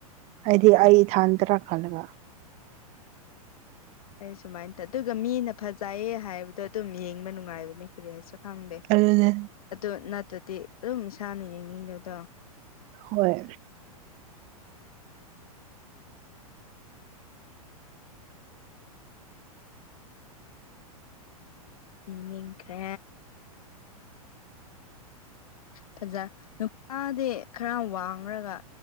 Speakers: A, on the right; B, on the left.
A: ꯑꯩꯗꯤ ꯑꯩ ꯏꯊꯥꯟꯇꯔ ꯈꯜꯂꯒ
B: ꯑꯩ ꯁꯨꯃꯥꯏꯅ ꯇꯧ ꯑꯗꯨꯒ ꯃꯤꯅ ꯐꯖꯩꯌꯦ ꯍꯥꯏꯕꯗꯣ ꯑꯗꯨꯝ ꯌꯦꯡꯕ ꯅꯨꯡꯉꯥꯏꯕꯅꯦ ꯀ꯭ꯔꯤ ꯍꯥꯏꯁꯤꯔ ꯈꯪꯗꯦ
A: ꯑꯗꯨꯅꯦ
B: ꯑꯗꯨ ꯅꯠꯇ꯭ꯔꯗꯤ ꯑꯗꯨꯝ ꯏꯁꯥꯅ ꯌꯦꯡꯅꯤꯡꯗꯕꯗꯣ
A: ꯍꯣꯏ
B: ꯌꯦꯡ ꯅꯤꯡꯈ꯭ꯔꯦ ꯐꯖ ꯅꯨꯄꯥꯗꯤ ꯈꯔ ꯋꯥꯡꯔꯒ